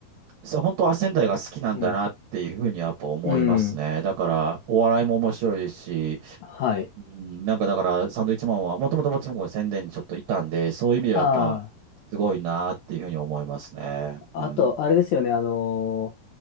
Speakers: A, on the right; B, on the left.
A: さ本当、仙台が好きなんだなっていうふうにやっぱ思いますね。
B: うん。うん。
A: だから、お笑いも面白いですし、
B: はい。
A: うん、なんかだから、サンドイッチマンは、もともと僕もちろん宣伝にちょっといたんで、そういう意味ではやっぱ、
B: あ
A: すごいなっていうふうに思いますね。
B: あ、
A: うん。
B: あと、あれですよね。あの